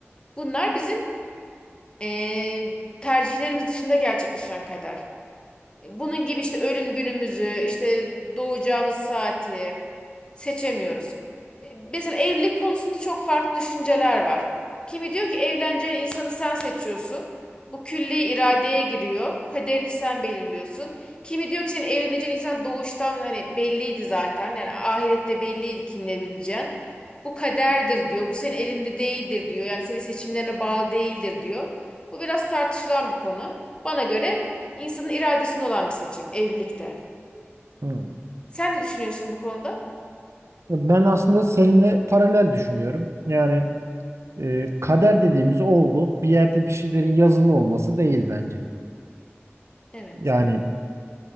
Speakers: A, on the left; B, on the right.
A: Bunlar bizim eee, tercihlerimiz dışında gerçekleşen kader. Bunun gibi işte ölüm günümüzü, işte doğacağımız saati seçemiyoruz. E, Mesela evlilik konusunda çok farklı düşünceler var. Kimi diyor ki evleneceğin insanı sen seçiyorsun. Bu külli iradeye giriyor. Kaderini sen belirliyorsun. Kimi diyor ki senin evleneceğin insan doğuştan hani belliydi zaten. Yani ahirette belliydi kimle evleneceğin. Bu kaderdir diyor. Bu senin elinde değildir diyor. Yani senin seçimlerine bağlı değildir diyor. Bu biraz tartışılan bir konu. Bana göre İnsanın iradesinde olan bir seçim evlilikte.
B: Hı.
A: Sen ne düşünüyorsun bu konuda?
B: Ben aslında seninle paralel düşünüyorum. Yani e, kader dediğimiz olgu bir yerde bir şeylerin yazılı olması değil bence.
A: Evet.
B: Yani